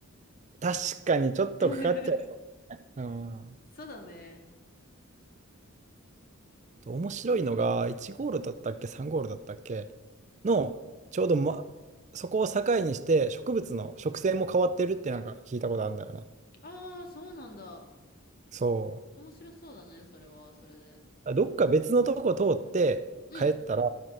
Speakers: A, on the right (about 35°); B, on the left (about 45°).
A: 確かにちょっとかかっちゃ
B: <laughs>
A: う。うん。
B: そうだね。
A: と面白いのが、1ゴールだったっけ、3ゴールだったっけの、ちょうど、ま、そこを境にして、植物の植生も変わってるってなんか聞いたことあるんだよね。
B: ああ、そうなんだ。
A: そ
B: 面白そうだね、それは、それで。
A: う。どっか別のとこ通って帰ったら、
B: うん、